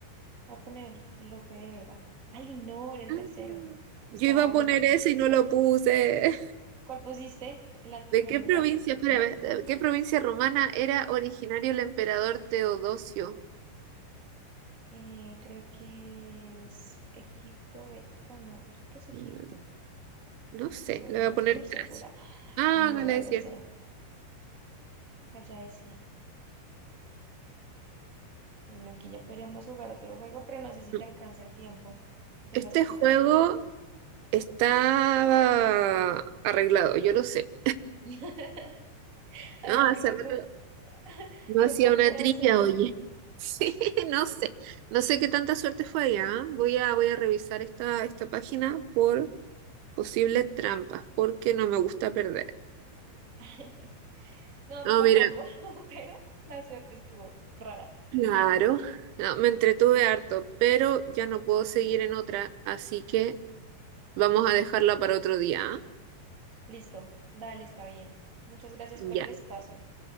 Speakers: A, on the right; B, on the right.
A: Voy a poner Lope de Vega. Ay, no, era el
B: Ah,
A: tercero. Gustavo
B: Yo iba a poner
A: Adolfo.
B: eso y no lo puse.
A: ¿Cuál pusiste? El an-
B: ¿De
A: bueno,
B: qué provincia,
A: ya que
B: espera, ve- de qué provincia romana era originario el emperador Teodosio?
A: eh, creo que es Egipto, Bética, no, creo que es Egipto,
B: Mm, No sé,
A: pero
B: le
A: no
B: voy a poner
A: estoy segura.
B: Tracia. Ah,
A: No
B: Galacia.
A: era la tercera, allá decía. Bueno, aquí ya podríamos jugar otro juego, pero no sé si
B: No.
A: te alcanza el tiempo. Tengas
B: Este
A: cositas
B: juego
A: que hacer.
B: estaba arreglado, yo lo sé.
A: <laughs> Además
B: No,
A: que
B: hace
A: fue
B: rato
A: por, <laughs>
B: no
A: fue
B: hacía
A: por
B: una
A: pura
B: trilla,
A: suerte.
B: oye. <laughs> Sí, no sé. No sé qué tanta suerte fue allá. ¿ah? Voy a, voy a revisar esta, esta página por posibles trampas, porque no me gusta perder.
A: <laughs> No, a
B: No,
A: mí tampoco,
B: mira,
A: <laughs> pero la suerte estuvo rara.
B: Claro, no, me entretuve harto, pero ya no puedo seguir en otra, así que vamos a dejarla para otro día. ¿ah?
A: Listo, dale, está bien. Muchas gracias
B: Ya.
A: por el espacio.